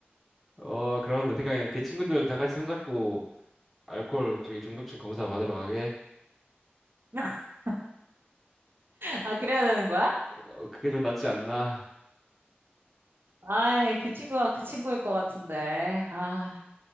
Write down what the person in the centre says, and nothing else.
어, 그럼 내 생각엔 그 친구들 다 같이 손잡고 알코올 저기 중독증 검사 받으러 가게.
어, 그게 좀 낫지 않나?